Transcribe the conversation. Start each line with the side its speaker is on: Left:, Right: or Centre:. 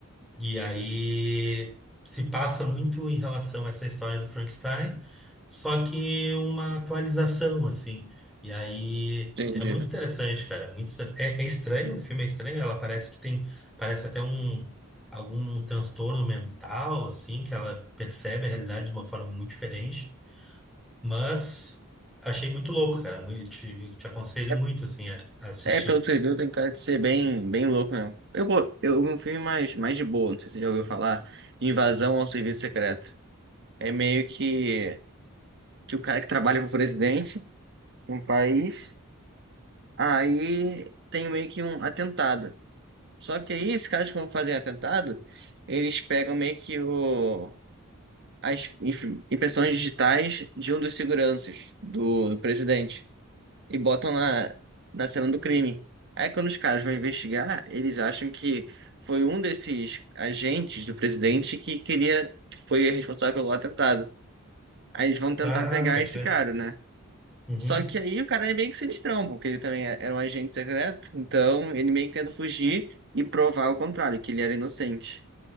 Centre: E aí se passa muito em relação a essa história do Frankenstein, só que uma atualização, assim. E aí
Right: Entendi.
Centre: é muito interessante, cara. Muito, estra- é, é estranho, o filme é estranho, ela parece que tem, parece até um algum transtorno mental, assim, que ela percebe a realidade de uma forma muito diferente. Mas achei muito louco, cara. Muito, te, te aconselho
Right: É,
Centre: muito, assim, a, a assistir.
Right: é, pelo que você viu, tem cara de ser bem, bem louco mesmo. Eu, vou- eu vi um filme mais, mais de boa, não sei se você já ouviu falar, Invasão ao Serviço Secreto. É meio que, que o cara que trabalha pro presidente de um país, aí tem meio que um atentado. Só que aí, esses caras que vão fazer atentado, eles pegam meio que o, as imp- impressões digitais de um dos seguranças do, do presidente e botam na, na cena do crime. Aí, quando os caras vão investigar, eles acham que foi um desses agentes do presidente que queria, que foi responsável pelo atentado. Aí eles vão tentar
Centre: Ah,
Right: pegar
Centre: pode
Right: esse
Centre: ver.
Right: cara, né?
Centre: Uhum.
Right: Só que aí o cara é meio que sinistrão, porque ele também é- era um agente secreto, então ele meio que tenta fugir e provar o contrário, que ele era inocente.